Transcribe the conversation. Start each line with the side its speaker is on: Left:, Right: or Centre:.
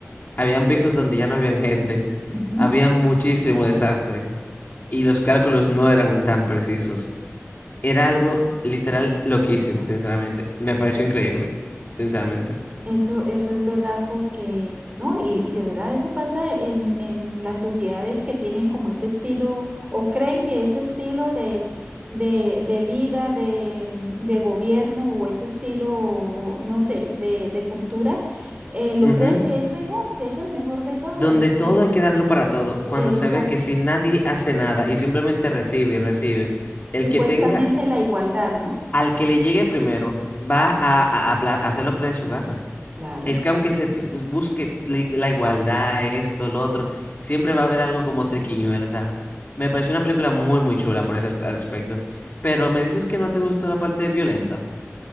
Left: Habían pisos donde ya no habían gente,
Right: Ujú.
Left: había muchísimo desastre y los cálculos no eran tan precisos. Era algo literal loquísimo, sinceramente. Me pareció increíble, sinceramente.
Right: Eso, eso es verdad porque, no, y, y de verdad eso pasa en, en las sociedades que tienen como ese estilo o creen que ese estilo de, de, de vida, de, de gobierno o ese estilo, no sé, de, de cultura, eh, lo
Left: Ujú.
Right: creen que es mejor, que es el mejor de todos,
Left: Donde
Right: que
Left: todo hay que darlo para todo, cuando
Right: esa-
Left: se ve que si nadie hace nada y simplemente recibe y recibe, el
Right: supuestamente
Left: que tenga...
Right: la igualdad, ¿no?
Left: Al que le llegue primero va a, a- a pla- a hacer lo que le dé su gana.
Right: Claro.
Left: Es que aunque se ti- busque li- la igualdad, esto, lo otro, siempre va a haber algo como triquiñuelo. O sea, me pareció una película muy, muy chula por ese as- aspecto. Pero me dices que no te gustó la parte violenta